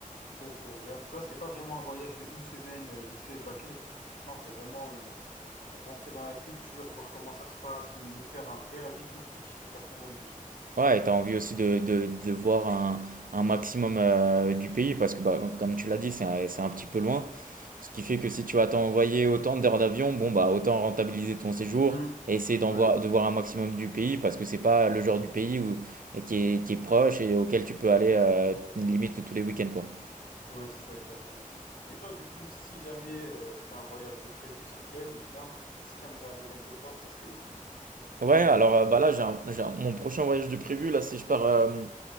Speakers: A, on the left; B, on the right.
A: pour, pour vraiment. Tu vois, c'est pas vraiment un voyage de une semaine euh, vite fait bâclé. Non, c'est vraiment une rentrer dans la culture, voir comment ça se passe, me faire un vrai avis constructif et personnel dessus.
B: Ouais, et tu envie aussi de, de, de voir un, un maximum euh, du pays parce que, bah, comme tu l'as dit, c'est un, c'est un petit peu loin. Ce qui fait que si tu vas t'envoyer autant d'heures d'avion, bon, bah, autant rentabiliser ton séjour
A: Hmm.
B: et essayer d'en
A: Ouais,
B: voir, de voir un maximum du pays parce que c'est pas le genre du pays où, qui est, qui est proche et auquel tu peux aller euh, limite tous les week-ends, quoi.
A: ouais, c'est ça exactement. Et toi, du coup, si jamais euh, t'as un voyage de prévu, c'est lequel? Ou bien si t'aimerais aller quelque part, ça serait où?
B: Ouais, alors euh, bah là, j'ai un- j'ai un- mon prochain voyage de prévu, là, c'est je pars euh,